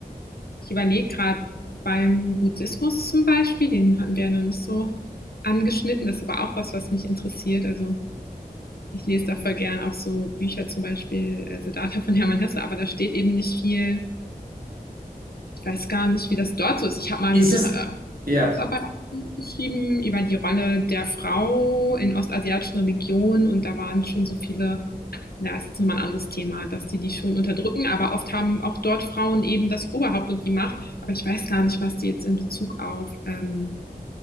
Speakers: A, on the left (about 75°); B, on the right (about 65°).
A: ich überlege gerade beim Buddhismus zum Beispiel, den hatten wir ja noch nicht so angeschnitten. Das ist aber auch was, was mich interessiert. Also, ich lese da voll gern auch so Bücher, zum Beispiel äh, Siddhartha von Hermann Hesse, aber da steht eben nicht viel. Ich weiß gar nicht, wie das dort so ist. Ich habe mal
B: Ist
A: eine
B: es,
A: äh,
B: ja.
A: Hausarbeit geschrieben über die Rolle der Frau in ostasiatischen Religionen und da waren schon so viele da ist jetzt nochmal ein anderes Thema, dass die die schon unterdrücken, aber oft haben auch dort Frauen eben das Oberhaupt und die Macht. Aber ich weiß gar nicht, was die jetzt in Bezug auf ähm,